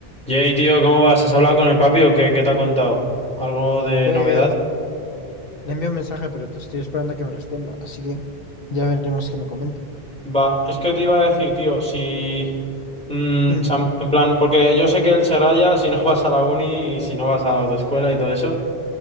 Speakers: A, in the centre; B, on the left (about 65°).
A: Jay, tío, ¿cómo vas? ¿Has hablado con el papi o qué, qué te ha contado? ¿Algo de
B: Pues
A: novedad?
B: le envío un mensaje, pero te estoy esperando a que me responda, así que ya veremos qué me comenta.
A: Va, es que te iba a decir, tío, si... mm,
B: <clears throat> Ujú.
A: cham- en plan, porque yo sé que él se raya si no <laughs> vas a la uni y si no vas a la autoescuela y todo eso,